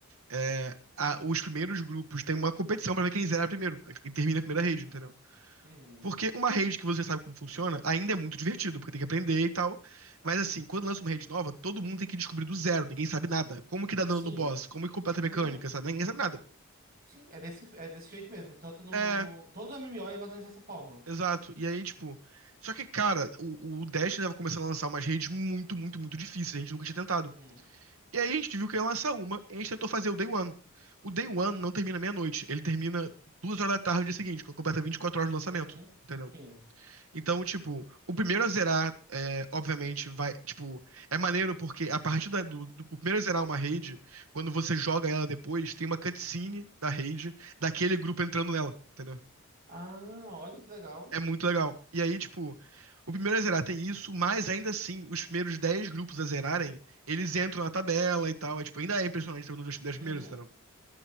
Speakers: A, on the right; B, on the right.
A: é, a- os primeiros grupos têm uma competição pra ver quem zera primeiro, quem termina a primeira rede, entendeu?
B: uhum.
A: Porque uma rede que você sabe como funciona ainda é muito divertido, porque tem que aprender e tal. Mas assim, quando lança uma rede nova, todo mundo tem que descobrir do zero, ninguém sabe nada. Como que dá dano
B: Sim,
A: no boss? Como que completa a
B: uhum.
A: mecânica, sabe? Ninguém sabe nada.
B: Sim, é desse, é desse jeito mesmo. Tanto no,
A: É,
B: no... Todo MMO é mais ou menos dessa forma.
A: exato. E aí, tipo. Só que, cara, o, o Destiny tava começando a lançar umas redes muito, muito, muito difíceis, a gente nunca tinha tentado.
B: Uhum,
A: E aí a gente viu que ia lançar uma, e a gente tentou fazer o Day One. O Day One não termina meia-noite, ele termina duas horas da tarde no dia seguinte, quando completa 24 horas do lançamento,
B: uhum.
A: entendeu?
B: Sim.
A: Então, tipo, o primeiro a zerar, é, obviamente, vai. Tipo, é maneiro porque a partir da- do, do- o primeiro a zerar uma raid, quando você joga ela depois, tem uma cutscene da raid, daquele grupo entrando nela, entendeu?
B: Ah, olha que legal.
A: É muito legal. E aí, tipo, o primeiro a zerar tem isso, mas ainda assim, os primeiros 10 grupos a zerarem, eles entram na tabela e tal. É, tipo, ainda é impressionante ter um dos 10 primeiros,
B: Uhum.
A: entendeu?